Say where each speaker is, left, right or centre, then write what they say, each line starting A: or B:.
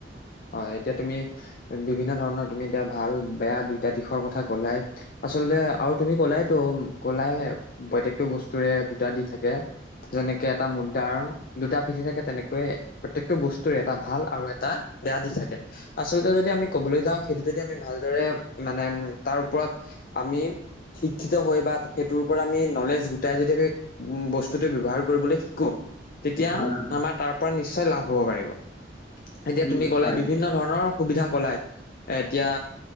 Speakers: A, on the left (about 50°); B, on the left (about 35°).
A: হয়, এতিয়া তুমি বিভিন্ন ধৰণৰ তুমি এতিয়া ভাল বেয়া দুইটা দিশৰ কথা ক'লাই। আচলতে আৰু তুমি ক'লাইতো ক'লাই প্ৰত্যয়েকটো বস্তুৰে দুটা দিশ থাকে। কেনেকে এটা মুদ্ৰাৰ দুটা পিঠি থাকে তেনেকৈয়ে প্ৰত্যেকটো বস্তুৰে এটা ভাল আৰু এটা বেয়া দিশ থাকে, আচলতে যদি আমি ক'বলৈ যাওঁ সেইটো যদি আমি ভালদৰে মানে তাৰ ওপৰত আমি শিক্ষিত বা সেইটোৰও পৰা নলেজ গোটাই যদি আমি উম, বস্তুটো ব্যৱহাৰ কৰিবলৈ শিকো। তেতিয়া
B: হয়
A: আমাৰ তাৰ পৰা নিশ্চয় লাভ হ'ব পাৰি, এতিয়া তুমি
B: হয়
A: ক'লাই
B: হয়
A: বিভিন্ন ধৰণৰ সুবিধা ক'লাই এ এতিয়া